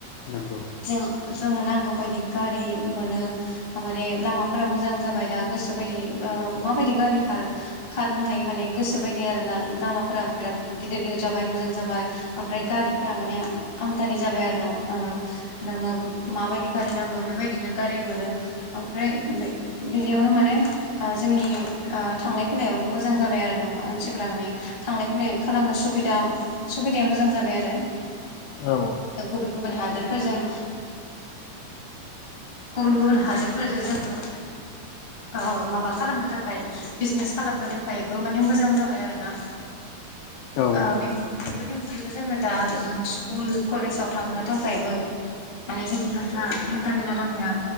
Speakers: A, on the left; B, on the left.
A: नंगौ
B: जों जोंनो नांगौ बायदि गारि मोनो माने लामाफोरा मोजां जाब जाबाय दा गोसोबायदि ओ माबायदि गारिफोरा खारनो हायो माने गोसो बायदि आरोना लामाफोरा बिराद गिदिर गिदिर जाबाय मोजां जाबाय ओमफ्राय गारिफोरा माने आमदानि जाबाय आरोना ओ नोङो माबायदि गारि नांगौ बेबायदिनो गारि मोनो ओमफ्राय बे बिदियावनो माने ओ जोंनि ओ थांलाय फैलायो मोजां जाबाय आरोना मानसिफ्रा माने थांलाय फैलाय खालामनो सुबिदा सुबिदाया मोजां जाबाय आरो
A: औ
B: गुबुन गुबुन हादोरफोरजों गुबुन गुबुन हादोरफोरजों जोङो ओ माबा खालामनो थाखाय बिजनेस खालामनो थाखायबो माने मोजां जाबाय आरो ना
A: औ
B: ओ बेफोरनि अनगायैबो जोङो दा जों स्कुल कलेजाव थांनो थाखायबो माने जोंनि हान्था हान्थामेला राहाया